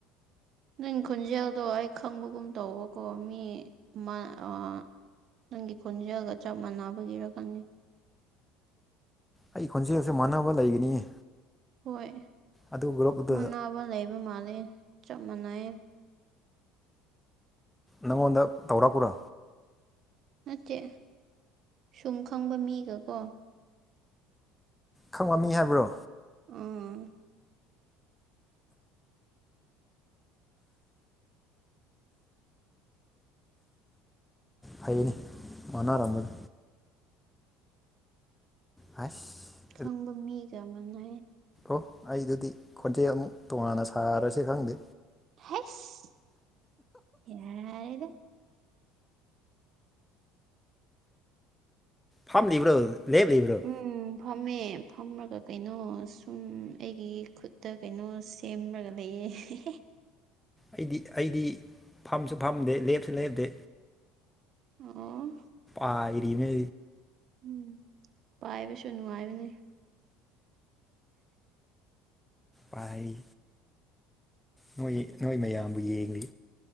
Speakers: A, on the right; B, in the centre.
A: ꯅꯪ ꯈꯣꯟꯖꯦꯜꯗꯣ ꯑꯩ ꯈꯪꯕꯒꯨꯝ ꯇꯧꯕꯀꯣ ꯃꯤ- ꯃꯥꯅ ꯑ ꯅꯪꯒꯤ ꯈꯣꯟꯖꯦꯜꯒ ꯆꯞ ꯃꯥꯟꯅꯕꯒꯤꫪꯥ ꯈꯪꯗꯦ꯫
B: ꯑꯩ ꯈꯣꯟꯖꯦꯜꯁꯦ ꯃꯥꯟꯅꯕ ꯂꯩꯒꯅꯤꯌꯦ꯫
A: ꯍꯣꯏ
B: ꯑꯗꯨ ꯒ꯭ꯔꯨꯞꯇꯨꯗ
A: ꯃꯅꯥꯕ ꯂꯩꯕ ꯃꯥꯂꯦ ꯆꯞ ꯃꯥꯟꯅꯩ
B: ꯅꯪꯉꯣꯟꯗ ꯇꯧꯔꯛꯎꫪ?
A: ꯅꯠꯇꯦ ꯁꯨꯝ ꯈꯪꯕ ꯃꯤꯒꯀꯣ
B: ꯈꯪꯉꯝꯃꯤ ꯍꯥꯏꯕ꯭ꯔꯣ?
A: ꯎꯝ
B: ꯐꯩꯌꯦꯅꯦ ꯃꯥꯟꯅꯔꯝꯃꯗꯤ꯫ ꯍꯥꯁ
A: ꯈꯪꯕ ꯃꯤꯒ ꯑꯃꯅ
B: ꯑꯣ ꯑꯩꯗꯨꯗꯤ ꯈꯣꯟꯖꯦꯜ ꯑꯃꯨꯛ ꯇꯣꯉꯥꯟꯅ ꯁꯥꯔꯁꯦ ꯈꯪꯗꯦ
A: ꯍꯁ ꯌꯥꯔꯗ
B: ꯐꯝꯂꯤꯕ꯭ꯔꯣ ꯂꯦꯞꯂꯤꯕ꯭ꯔꯣ?
A: ꯎꯝ ꯐꯝꯃꯦ ꯐꯝꫪꯒ ꯀꯩꯅꯣ ꯁꯨꯝ ꯑꯩꯒꯤ ꯈꯨꯠꯇ ꯀꯩꯅꯣ ꯁꯦꯝꫪꯒ ꯂꯩꯌꯦ ꯍꯦꯍꯦ
B: ꯑꯩꯗꯤ ꯑꯩꯗꯤ ꯐꯝꯁꯨ ꯐꯝꯗꯦ ꯂꯦꯞꯁꯨ ꯂꯦꯞꯇꯦ
A: ꯑꯣ
B: ꯑꯥ ꯏꯔꯤꯅꯦ
A: ꯎꯝ ꯄꯥꯏꯕꯁꯨ ꯅꯨꯡꯉꯥꯏꯕꯅꯤ
B: ꯄꯔꯤ ꯅꯣꯏ-ꯅꯣꯏ ꯃꯌꯥꯝꯕꯨ ꯌꯦꯡꯂꯤ꯫